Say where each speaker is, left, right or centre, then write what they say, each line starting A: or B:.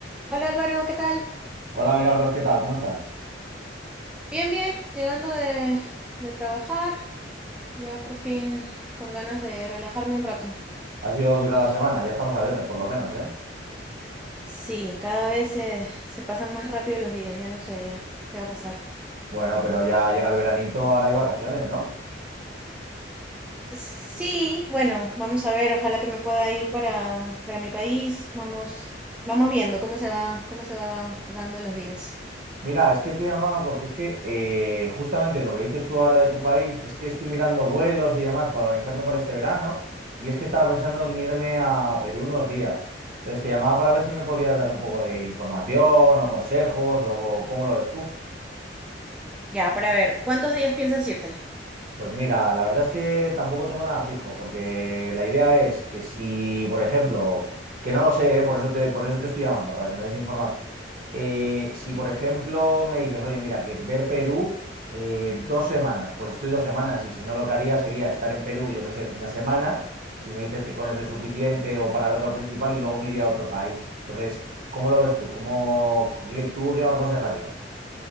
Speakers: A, in the centre; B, on the right (about 50°).
A: Hola Álvaro, ¿qué tal?
B: Hola Milagros, ¿qué tal? ¿Cómo estás?
A: Bien, bien, llegando de, de trabajar, ya por fin con ganas de relajarme un rato.
B: Ha sido dura la semana, ya estamos a viernes por lo menos, ¿eh?
A: Sí, cada vez se, se pasan más rápido los días, ya no sé ya qué va a pasar.
B: Bueno, pero ya llega el veranito, ahora hay vacaciones, ¿no?
A: S- Sí, bueno, vamos a ver, ojalá que me pueda ir para, para mi país, vamos, vamos viendo cómo se va, cómo se va dando los días.
B: Mira, es que te llamaba porque es que eh, justamente lo que dices tú ahora de tu país es que estoy mirando vuelos y demás para organizarme para este verano y es que estaba pensando en irme a Perú unos días. Entonces te llamaba para ver si me podías dar un poco de información o consejos o cómo lo ves tú.
A: Ya, para ver, ¿cuántos días piensas irte?
B: Pues mira, la verdad es que tampoco tengo nada fijo, porque la idea es que si, por ejemplo, que no lo sé, ¿eh? Por eso te, por eso te estoy llamando, para que me des información. Eh, si, por ejemplo, me dices, oye, mira, que ver Perú eh, dos semanas, pues estoy dos semanas, y si no lo que haría sería estar en Perú, yo qué sé, una semana, si me dices que con eso es suficiente o para ver lo principal y luego me iría a otro país. Entonces, ¿cómo lo ves tú? ¿Cómo, qué- tú qué me aconsejarías?